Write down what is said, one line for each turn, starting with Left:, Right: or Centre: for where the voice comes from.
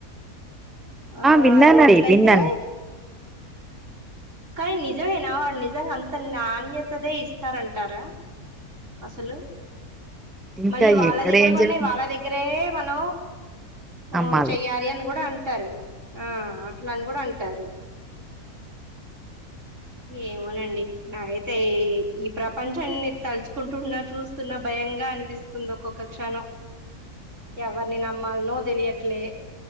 Right: ఆ
Centre: విన్నానండి
Right: అదే అట్లయితే
Centre: విన్నాను
Right: కానీ నిజమేనా వాళు నిజంగా అంత నాణ్యతదే ఇస్తారంటారా అసలు
Centre: ఇంకా
Right: మళ్ళీ వాళ్ళ
Centre: ఎక్కడ
Right: దగ్గరగా
Centre: ఏం
Right: ఉన్నాయి
Centre: జరుగుతుంది
Right: వాళ్ళ దగ్గరే మన మ్
Centre: అమ్మాలి
Right: చెయ్యాలి అని కూడా అంట అంటారు ఆ అట్లని కూడా అంటారు ఏమోనండి నాకైతే అయితే ఈ ప్రపంచాన్ని తలుచుకుంటున్నా చూస్తున్నా భయంగా అనిపిస్తుంది ఒక్కొక్క క్షణం, ఎవరిని నమ్మాలనో తెలియట్లే